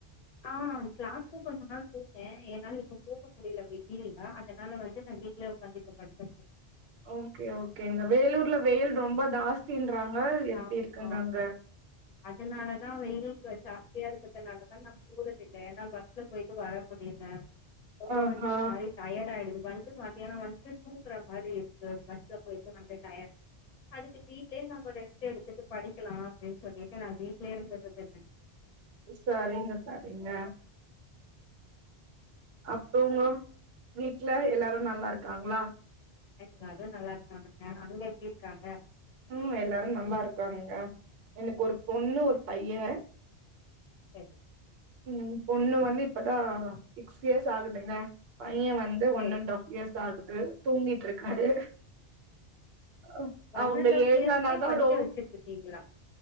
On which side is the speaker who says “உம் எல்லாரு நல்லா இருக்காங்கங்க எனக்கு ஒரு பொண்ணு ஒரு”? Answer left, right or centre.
Right